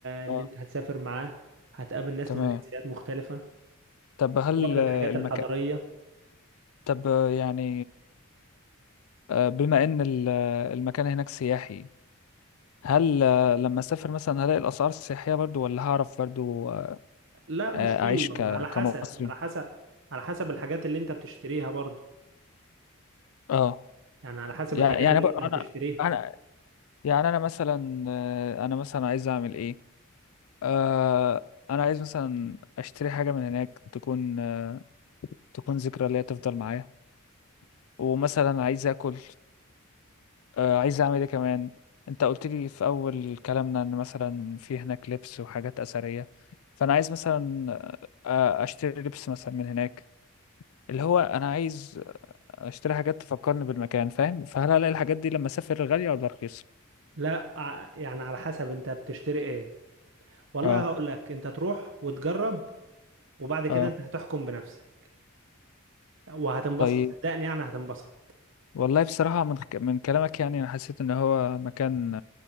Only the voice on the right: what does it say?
اللي
انت هتسافر معاه هتقابل ناس
من جنسيات مختلفة
هتروح للحاجات
الحضارية
لا
مش كله
على حسب
على حسب على حسب الحاجات اللي انت بتشتريها برضو
يعني على حسب
الحاجات
اللي
انت هتشتريها
لا ع- يعني على حسب انت بتشتري ايه والله
هقول لك انت تروح وتجرب وبعد كده
انت هتحكم بنفسك وهتنبسط
صدقني يعني هتنبسط